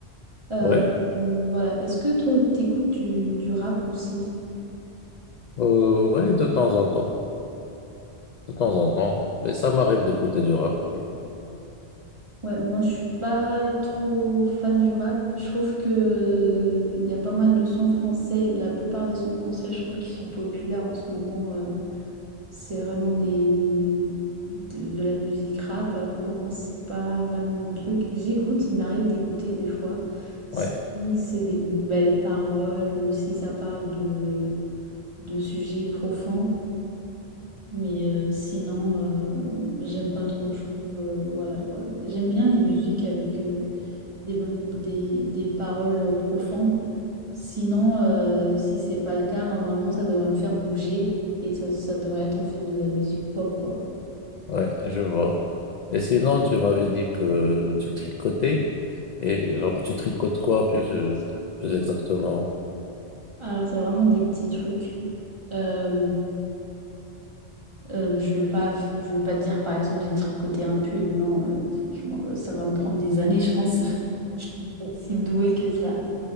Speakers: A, on the right; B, on the left.
A: Euh,
B: ouais,
A: euh, voilà. Est-ce que toi, t'écoutes du, du rap aussi?
B: euh, ouais, de temps en temps, de temps en temps, mais ça m'arrive d'écouter du rap, oui.
A: Ouais, moi, je suis pas trop fan du rap. Je trouve que il y a pas mal de sons français. La plupart des sons français, je trouve qu'ils sont populaires en ce moment. euh, c'est vraiment des de, de la musique rap, alors que moi, c'est pas vraiment mon truc. J'écoute, il m'arrive d'écouter des fois. Si
B: ouais,
A: c'est des belles paroles, si ça parle de de sujets profonds. Mais euh, sinon, euh, j'aime pas trop, je trouve. euh, voilà quoi. J'aime bien les musiques avec euh, des bonnes, des, des paroles euh, profondes. Sinon, euh, si c'est pas le cas, normalement, ça devrait me faire bouger et ça, ça devrait être en fait de la musique pop quoi.
B: ouais, je vois. Et sinon, tu m'avais dit que tu tricotais, et genre, tu tricotes quoi plus, euh, plus exactement?
A: Alors, c'est vraiment des petits trucs. Euh, euh, je vais pas, f- je vais pas te dire par exemple, j'ai tricoté un pull. Non, euh, franchement, euh, ça va me prendre des années, je pense. <laughs> Je suis pas si douée que ça.